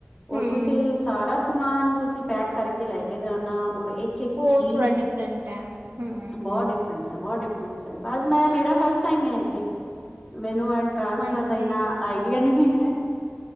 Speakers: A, on the right; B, in the centre.
A: ਹੂੰ,
B: ਔਰ ਤੁਸੀਂ ਸਾਰਾ ਸਮਾਨ ਤੁਸੀਂ ਪੈਕ ਕਰਕੇ ਲੈ ਕੇ ਜਾਣਾ ਔਰ ਇੱਕ ਇੱਕ
A: ਉਹ
B: ਚੀਜ਼
A: ਥੋੜਾ ਡਿਫਰੈਂਟ ਹੈ ਹਮ।
B: ਬਹੁਤ ਬਹੁਤ ਡਿਫਰਸ ਹੈ ਬਸ ਮੈਂ ਮੇਰਾ ਫਿਰਸਟ ਟਾਈਮ ਏ ਅਕਚੂਲੀ ਮੈਨੂੰ ਇਹ ਟ੍ਰਾਂਸਫਰ
A: ਹਾਂਜੀ,
B: ਦਾ ਇੰਨਾ ਆਈਡੀਆ ਨਹੀਂ ਹੈਂ।